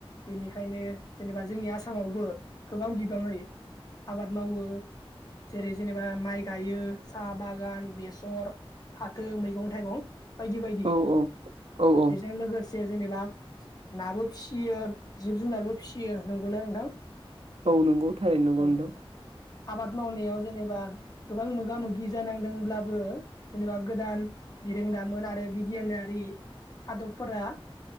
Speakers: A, on the left (about 40°); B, on the right (about 75°).
A: बेनिखायनो जेनेबा जोंनि आसामावबो गोबां बिबाङै आबाद मावो जेरै जेनेबा माइ गायो साहा बागान बेसर फाथो मैगं थाइगं बायदि बायदि
B: औ औ औ औ
A: बेजों लोगोसे जेनेबा नाबो फिसियो जिब जुनारबो फिसियो नंगौना नोंथां?
B: औ नंगौ थारै नंगौ
A: औ
B: नोंथां।
A: आबाद मावनायाव जेनेबा गोबां मोगा मोगि जानांदोंब्लाबो जेनेबा गोदान। बिरोंदामोन आरो बिगियानारि आदबफोरा।